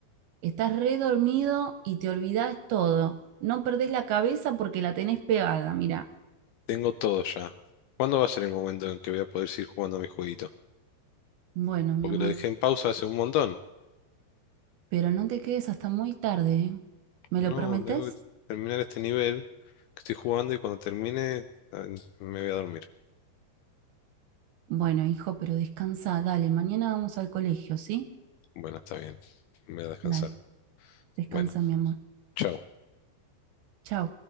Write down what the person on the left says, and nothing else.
Tengo todo ya. ¿Cuándo va a ser el momento en que voy a poder seguir jugando a mi jueguito?
Porque
lo dejé en pausa hace un montón.
No,
tengo que terminar este nivel que estoy jugando y cuando termine ah, me voy a dormir.
Bueno, está bien. Me voy a descansar.
Bueno,
chao.